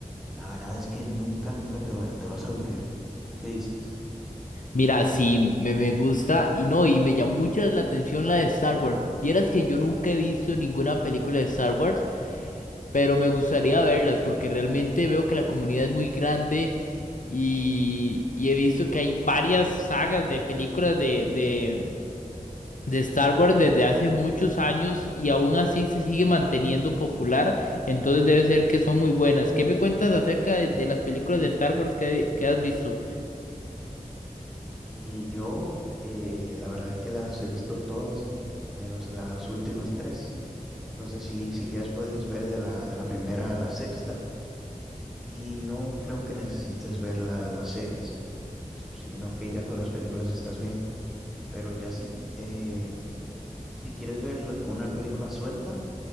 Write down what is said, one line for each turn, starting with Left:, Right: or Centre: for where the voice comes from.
Centre: La verdad es que nunca, nunca te, va- te vas a aburrir. ¿Qué dices?
Left: Mira, sí, me, me gusta y no, y me llamó mucho la atención la de Star Wars. Vieras que yo nunca he visto ninguna película de Star Wars, pero me gustaría verlas porque realmente veo que la comunidad es muy grande y, y he visto que hay varias sagas de películas de, de, de Star Wars desde hace muchos años y aún así se sigue manteniendo popular, entonces debe ser que son muy buenas. ¿Qué me cuentas acerca de, de las películas de Star Wars que, que has visto?
Centre: Y yo, eh, la verdad es que las he visto todas, menos las últimas tres. Entonces, si, si quieres, puedes ver de la, de la primera a la sexta. Y no creo que necesites ver la- las series, sino que ya con las películas estás bien. Pero ya si, eh, si quieres ver una película suelta,